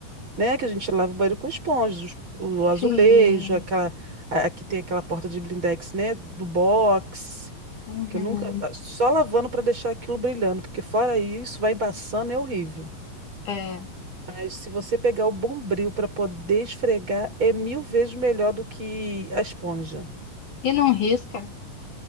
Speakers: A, on the right; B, on the left.
A: né? Que a gente lava o banheiro com esponja, os- o azulejo,
B: Sim.
A: aquela, a- aqui tem aquela porta de blindex, né? Do box,
B: Uhum.
A: que eu nunca, ah, só lavando para deixar aquilo brilhando, porque fora isso, vai embaçando, é horrível.
B: É.
A: Mas se você pegar o bombril para poder esfregar, é mil vezes melhor do que a esponja.
B: E não risca